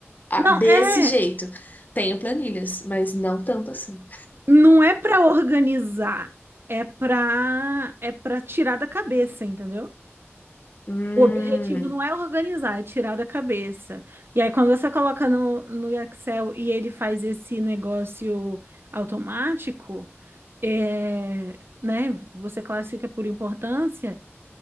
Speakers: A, on the left; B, on the right.
A: Ah,
B: Não,
A: desse
B: é,
A: jeito. Tenho planilhas, mas não tanto assim.
B: não é pra organizar, é pra é para tirar da cabeça, entendeu?
A: Hum,
B: O objetivo não é organizar, é tirar da cabeça. E aí, quando você coloca no, no Excel e ele faz esse negócio automático, é, né? Você classifica por importância,